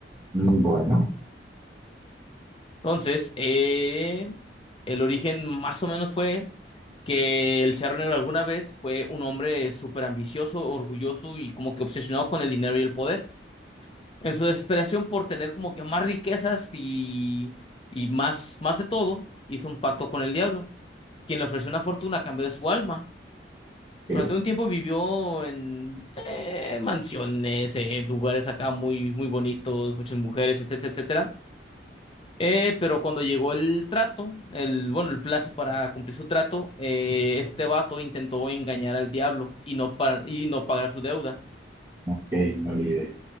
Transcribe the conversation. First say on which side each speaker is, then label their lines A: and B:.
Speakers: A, on the right; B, on the left.
A: Mm, Bueno,
B: Entonces, eh, el origen más o menos fue que el Charro Negro alguna vez fue un hombre súper ambicioso, orgulloso y como que obsesionado con el dinero y el poder. En su desesperación por tener como que más riquezas y, y más, más de todo, hizo un pacto con el diablo, quien le ofreció una fortuna a cambio de su alma. Durante
A: ok,
B: un tiempo vivió en eh, mansiones, eh, lugares acá muy, muy bonitos, muchas mujeres, etcétera, etcétera. Eh, pero cuando llegó el trato, el, bueno, el plazo para cumplir su trato, eh, este vato intentó engañar al diablo y no, pa- y no pagar su deuda.
A: ok, no la idea.